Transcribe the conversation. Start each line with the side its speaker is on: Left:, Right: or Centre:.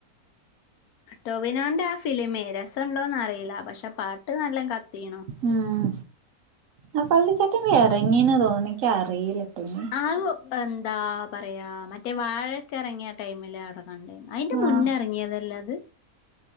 Left: ടോവിനോന്റെ ആ ഫിലിമേ രസണ്ടോന്നറീലാ പക്ഷെ പാട്ട് നല്ലം കത്തീണു.
Right: ഉം ആ പള്ളിച്ചട്ടംമ്പി എറങ്ങീണ് തോന്ന്ന് ഇക്കറീലൊട്ടോ ഇനി.
Left: ആവൂ എന്താ പറയാ മറ്റേ വാഴക്കെ എറങ്ങിയ ടൈമില് അവടെ കണ്ടീന്നു. അയ്ന്റെ മുന്നേ
Right: ആഹ്
Left: എറങ്ങീതല്ലേ അത്